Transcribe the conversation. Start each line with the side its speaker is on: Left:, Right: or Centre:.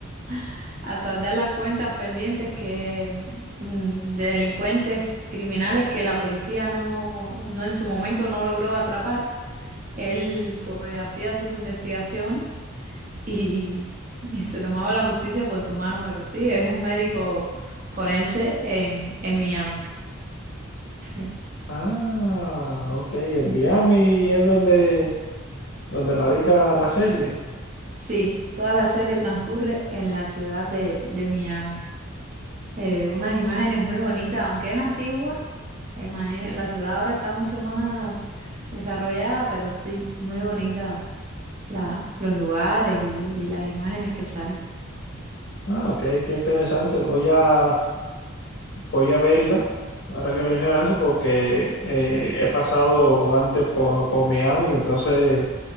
Right: <laughs> a saldar las cuentas pendientes que mm, de delincuentes criminales que la policía no, no en su momento no logró atrapar. Él pues hacía sus investigaciones y, <laughs> y se tomaba la justicia por su mano, pero sí, es un médico forense en, en Miami. Sí,
Left: ah, ok. En Miami es donde, donde radica la serie.
Right: sí, toda la serie transcurre en la ciudad de, de Miami. Eh, unas imágenes muy bonitas, aunque es antigua, eh, ma- eh, la ciudad ahora está mucho más desarrollada, pero sí, muy bonita la, los lugares y, y las imágenes que salen.
Left: Ah, ok, qué interesante. Voy a, voy a verla, ahora que mencionas eso, porque eh, he pasado antes por, por Miami, entonces